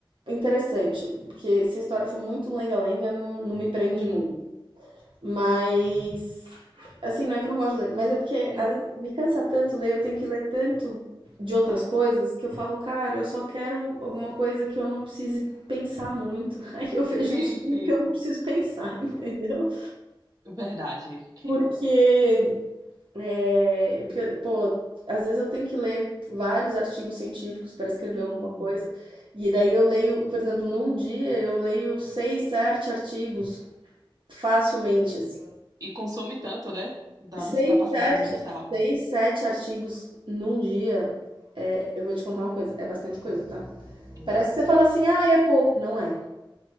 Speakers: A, on the right; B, on the right.
A: interessante, porque se a história for muito lenga-lenga, não, não me prende
B: hum,
A: muito. Mas, assim, não é que eu não gosto de ler, mas é porque
B: uhum.
A: às vezes me cansa tanto ler, eu tenho que ler tanto de outras coisas que eu falo, cara, eu só quero alguma coisa que eu não precise pensar muito. <laughs> Aí eu vejo
B: Sim,
A: uns filmes
B: sim,
A: que eu não preciso pensar, <laughs> entendeu?
B: verdade. É.
A: Porque é, porque, pô, às vezes eu tenho que ler vários artigos científicos para escrever
B: Hum,
A: alguma coisa, e daí eu leio, por exemplo, num dia eu leio seis, sete artigos facilmente,
B: sim.
A: assim.
B: E consome tanto, né? Da
A: Seis,
B: nossa capacidade
A: sete,
B: mensal.
A: seis, sete artigos num dia, é, eu vou te contar uma coisa, é bastante coisa, tá?
B: É.
A: Parece que você fala assim, ah, é pouco. Não é.